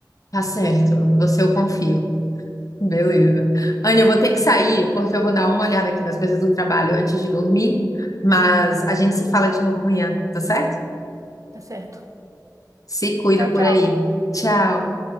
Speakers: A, on the left (about 50°); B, on the right (about 50°).
A: Tá certo, você eu confio. Beleza. Anne, eu vou ter que sair porque eu vou dar uma olhada aqui nas coisas do trabalho antes de dormir, mas a gente se fala de novo amanhã, tá certo?
B: Tá certo.
A: Se cuida
B: Tchau,
A: por
B: tchau.
A: aí. Tchau.